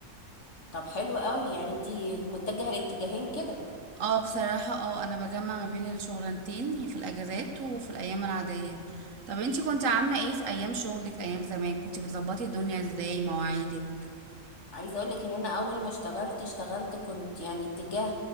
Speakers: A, on the left; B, on the right.
A: طب حلو قوي يعني انتي متجهه لاتجاهين كده
B: اه بصراحة اه انا بجمع ما بين الشغلانتين في الاجازات وفي الايام العادية طب انتي كنت عاملة ايه في ايام شغلك ايام زمان كنتي بتظبطي الدنيا ازاي مواعيدك
A: عايزه اقولك ان انا اول ما اشتغلت اشتغلت كنت يعني اتجاه